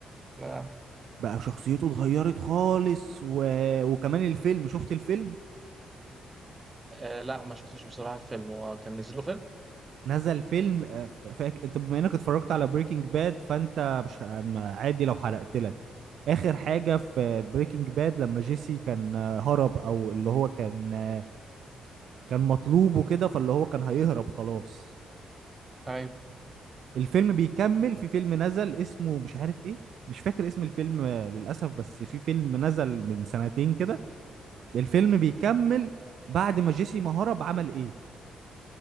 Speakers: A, on the right; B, on the right.
A: آه.
B: بقى شخصيته اتغيرت خالص و... وكمان الفيلم شفت الفيلم
A: آه لا ما شفتش بصراحة الفيلم هو كان نزل له فيلم
B: نزل فيلم آه، ف- فاك... انت بما انك اتفرجت على بريكنج باد فانت مش م- عادي لو حرقت لك اخر حاجة في بريكنج باد لما جيسي كان آه، هرب او اللي هو كان آه، كان مطلوب وكده فاللي هو كان هيهرب خلاص
A: ايوه
B: الفيلم بيكمل في فيلم نزل اسمه مش عارف ايه مش فاكر اسم الفيلم آه، للأسف بس في فيلم نزل من سنتين كده الفيلم بيكمل بعد ما جيسي ما هرب عمل ايه